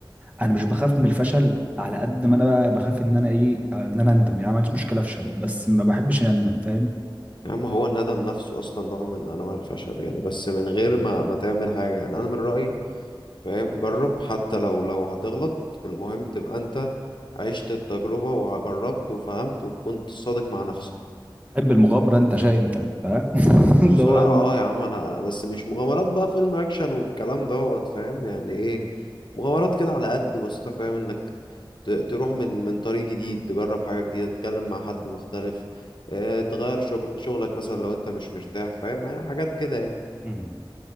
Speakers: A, on the right; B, on the left.
A: أنا مش بخاف من الفشل على قد ما أنا بقى بخاف إن أنا إيه آه، إن أنا أندم يعني ما عنديش مشكلة أفشل بس ما بحبش إني أندم فاهم؟
B: يا عم هو الندم نفسه اصلا نوع من انواع الفشل يعني بس من غير ما ما تعمل حاجه يعني انا من رايي فاهم جرب حتى لو لو هتغلط المهم تبقى انت عشت التجربه وجربت وفهمت وكنت صادق مع نفسك
A: بحب المغامرة أنت شاء أنت فاهم؟ <laughs> اللي
B: بصراحه
A: هو يلا
B: اه يا عم انا انا بس مش مغامرات بقى فيلم اكشن والكلام دوت فاهم يعني ايه مغامرات كده على قد بسيطه فاهم انك ت- تروح من من طريق جديد تجرب حاجه جديده تتكلم مع حد مختلف آه، تغير شغل شغلك مثلا لو انت مش مرتاح فاهم يعني حاجات كده يعني
A: مم.